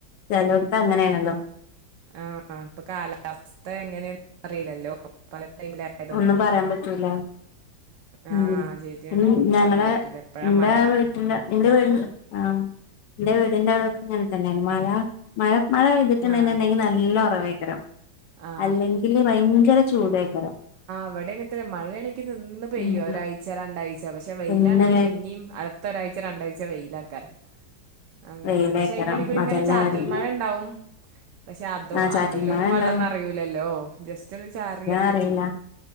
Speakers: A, on the left; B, on the right.
A: ചെലേടത്തങ്ങനെയാണല്ലോ?
B: ആഹ് ഇപ്പ കാലാവസ്ഥയെങ്ങനെയെന്നറിയില്ലല്ലോ പല- ടൈമിലായതുകൊണ്ടേ
A: ഒന്നുംപറയാൻ പറ്റൂല- ഉം
B: ആ ശരിയാണ്
A: ഇന്ന്
B: ഒന്നും
A: ഞങ്ങളെഎന്റെ
B: പറയാൻ പറ്റൂല എപ്പോഴാ മഴ
A: വീട്ടില് <unintelligible> ആഹ് എന്റെ വീടിന്റെ അവിടൊക്കെയങ്ങനെ തന്നെയാണ്. മഴ, മഴ- മഴ പെയ്തിട്ടുണ്ടെന്നുണ്ടെങ്കിൽ
B: ആ
A: നല്ലയുറവയായി കാണും
B: ആ
A: അല്ലെങ്കിൽ ഭയങ്കര ചൂടായി-
B: ഇവിടെയൊക്കെതന്നെ മഴയാണെങ്കിനിന്നു പെയ്യാ.
A: ഉം
B: ഒരാഴ്ചരണ്ടാഴ്ച്ച പക്ഷേ വെയിലാണെങ്കി
A: പിന്നെ
B: പിന്നെയും അര ഒരാഴ്ചരണ്ടാഴ്ച വെയിലാക്കാൻ- അങ്ങനെയാണ്.
A: വെയിലേക്കരം
B: പക്ഷേ അയിന്റെടെയിൽക്കൂടിയിങ്ങനെ
A: അതന്നെ
B: ചാറ്റൽ
A: പറയും
B: മഴയുണ്ടാവും. പഷേ അതോ
A: ആഹ് ചാറ്റൽ
B: അത് ലൊ
A: മഴ
B: ന്നും വള്ളംനറയൂലല്ലോ.
A: ഉണ്ടാവും
B: ജസ്റ്റ് ഒന്ന് ചാറിയാ
A: നറയില്ല.